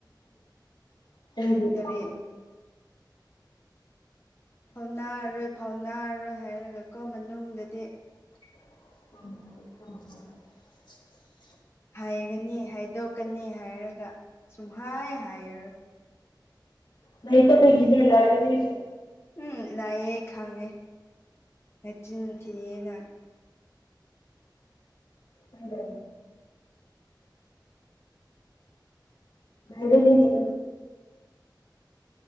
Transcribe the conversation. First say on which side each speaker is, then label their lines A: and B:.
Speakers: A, on the left; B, on the left.
A: ꯀꯒꯤ
B: ꯀꯔꯤ
A: ꯀ
B: ꯐꯥꯎꯅꯥꯔꯔꯣꯏ ꯐꯥꯎꯅꯥꯔꯔꯣꯏ ꯍꯥꯏꯔꯒꯀꯣ ꯃꯅꯨꯡꯗꯗꯤ
A: <unintelligible>
B: ꯍꯥꯏꯒꯅꯤ ꯍꯥꯏꯗꯣꯛꯀꯅꯤ ꯍꯥꯏꯔꯒ ꯁꯨꯝꯍ ꯍꯥꯏꯔꯔꯣꯏ
A: ꯅꯇ ꯩꯒꯤꯃꯦ ꯂꯥꯏꯕ꯭ꯔꯦꯔꯤ
B: ꯎꯝ ꯂꯑ ꯍꯉꯦ ꯃꯆꯤꯟ ꯊꯅ
A: ꯍꯗ ꯔ ꯂꯩꯗ